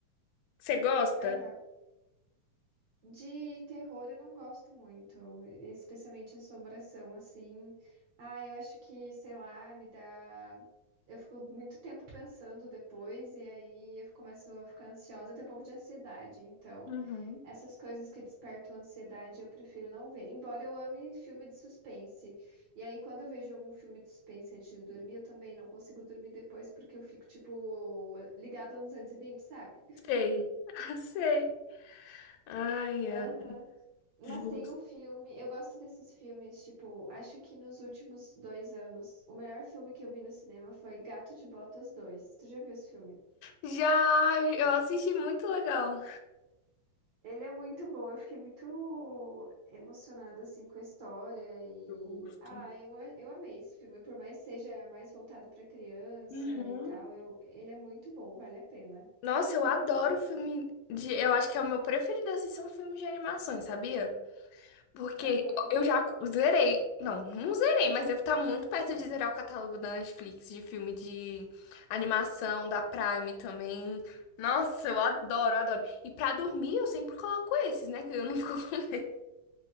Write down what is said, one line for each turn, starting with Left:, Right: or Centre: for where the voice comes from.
Left: Você gosta?
Right: Aham. De terror eu não gosto muito, especialmente assombração, assim. Ah, eu acho que, sei lá, me dá. Eu fico muito tempo pensando depois, e aí eu começo a ficar ansiosa, até um pouco de ansiedade. Então,
Left: Uhum.
Right: essas coisas que despertam ansiedade eu prefiro não ver, embora eu ame filme de suspense. E aí, quando eu vejo algum filme de suspense antes de dormir, eu também não consigo dormir depois, porque eu fico, tipo, ligada no 220, sabe?
Left: Sei. <laughs> sei. Ai,
Right: Aham.
Left: ai.
Right: Mas
Left: Justo.
Right: tem um filme, eu gosto desses filmes, tipo, acho que nos últimos dois anos, o melhor filme que eu vi no cinema foi Gato de Botas dois Tu já viu esse filme?
Left: Já, eu eu assisti muito legal.
Right: Ele é muito bom, eu fiquei muito emocionada, assim, com a história e...
Left: Justo.
Right: Ah, eu, a- eu amei esse filme, por mais que seja mais voltado pra criança
Left: Uhum.
Right: e tal, eu... ele é muito bom, vale a pena.
Left: Nossa, eu adoro filme de. Eu acho que é o meu preferido assistir são filmes de animações, sabia? Porque
Right: Aham.
Left: eu já cu- zerei. Não, não zerei, mas deve estar muito perto de zerar o catálogo da Netflix de filme de animação, da Prime também. Nossa, eu adoro, adoro. E pra dormir eu sempre coloco esses, né? Que eu não <laughs> fico com medo.